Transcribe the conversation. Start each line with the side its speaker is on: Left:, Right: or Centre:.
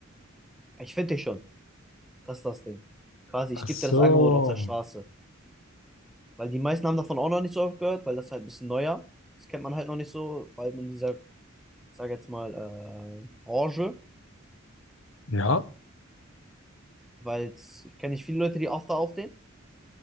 Centre: Ich finde dich schon. Das ist das Ding. Quasi, ich
Left: Ach
Centre: gebe
Left: so,
Centre: dir das Angebot auf der Straße. Weil die meisten haben davon auch noch nicht so oft gehört, weil das halt ein bisschen neuer. Das kennt man halt noch nicht so, vor allem in dieser, ich sag jetzt mal, äh, Branche.
Left: ja.
Centre: Weil es- ich kenne nicht viele Leute, die After aufdehnen.